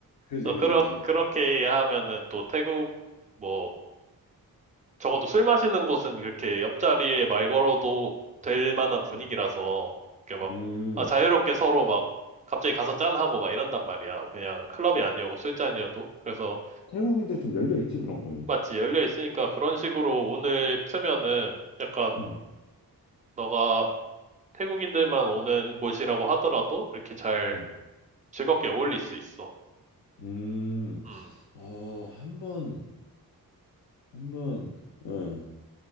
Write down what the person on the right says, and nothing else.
그래서,
그러,
그렇게 하면은 또 태국, 뭐, 적어도 술 마시는 곳은 그렇게 옆자리에 말 걸어도 될 만한 분위기라서,
이렇게 막,
아, 자유롭게 서로 막, 갑자기 가서 짠하고 막 이런단 말이야. 그냥 클럽이 아니어도 술잔이어도. 그래서,
마치 열려 있으니까 그런 식으로 오늘 트면은 약간,
너가 태국인들만 오는 곳이라고 하더라도 이렇게 잘
즐겁게 어울릴 수 있어.
음,